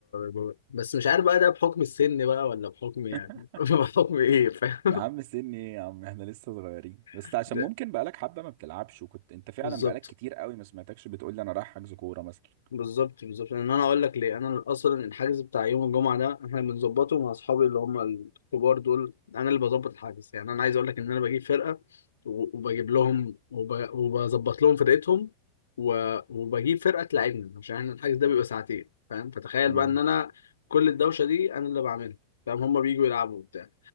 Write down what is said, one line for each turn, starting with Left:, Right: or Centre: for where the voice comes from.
Left: ب- بس مش عارف بقى ده بحكم السن بقى ولا بحكم يعني
Right: <laughs>
Left: <laughs> بحكم ايه فاهم
Right: يا عم سني ايه يا عم احنا لسه صغيرين بس
Left: <laughs>
Right: عشان ممكن بقالك حبة ما بتلعبش وكنت انت فعلا
Left: بالظبط
Right: بقالك كتير قوي ما سمعتكش بتقول لي انا رايح حجز كورة مثلا
Left: بالظبط بالظبط لان انا اقول لك ليه انا اصلا الحجز بتاع يوم الجمعه ده احنا بنظبطه مع اصحابي اللي هم الكبار دول انا اللي بظبط الحجز يعني انا عايز اقول لك ان انا بجيب فرقه و- وبجيب لهم وب... وبظبط لهم فرقتهم و... وبجيب فرقه تلعبنا عشان احنا الحجز ده بيبقى ساعتين فاهم فتخيل
Right: مم.
Left: بقى ان انا كل الدوشه دي انا اللي بعملها فاهم هم بيجوا يلعبوا وبتاع